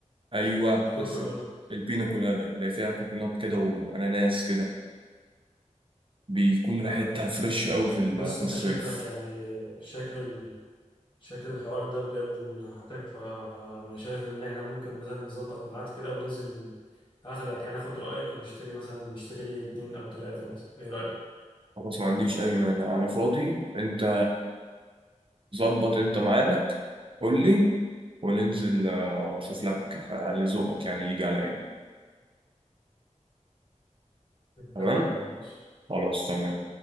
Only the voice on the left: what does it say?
الكوكونات
ايوه
ايوه
بص
انت
شكلك يعني شكل شكل الحوار ده بجد من هاتك فانا شايف ان احنا ممكن مثلا نظبط ميعاد كده وننزل هاخدك يعني اخد رايك ونشتري مثلا نشتري لي اتنين او تلاته مثلا ايه رايك
اتفقنا
ماشي